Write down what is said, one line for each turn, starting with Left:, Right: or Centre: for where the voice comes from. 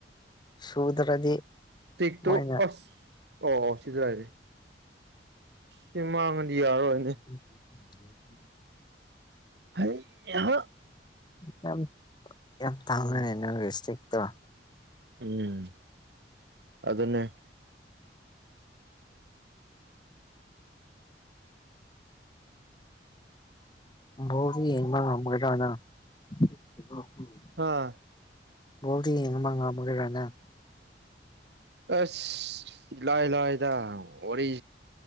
Left: ꯁꯨꯗ꯭ꯔꯗꯤ
Right: ꯇꯤꯛꯇꯣ
Left: ꯃꯣꯏꯅ
Right: ꯑꯁ ꯑꯣ ꯑꯣ ꯁꯤꯗ ꯂꯩꯔꯦ ꯁꯤ ꯃꯥꯡꯉꯗꯤ ꯌꯥꯔꯣꯏꯅꯦ
Left: <inaudible>
Right: ꯍꯩ ꯌꯥꯍꯥ
Left: ꯌꯥꯝ ꯌꯥꯝ ꯇꯥꯡꯉꯔꯥꯅꯦ ꯅꯪꯒꯤ ꯁ꯭ꯇꯤꯛꯇꯣ
Right: ꯎꯝ ꯑꯗꯨꯅꯦ
Left: ꯕꯣꯜꯗꯤ ꯌꯦꯡꯕ ꯉꯥꯝꯒꯗ꯭ꯔꯥ ꯅꯪ <unintelligible>
Right: ꯑꯥ
Left: ꯕꯣꯜꯗꯤ ꯌꯦꯡꯕ ꯉꯝꯒꯥꯗ꯭ꯔꯥ ꯅꯪ
Right: ꯑꯁ ꯏꯂꯥꯏ ꯂꯥꯏꯗ ꯋꯥꯔꯤ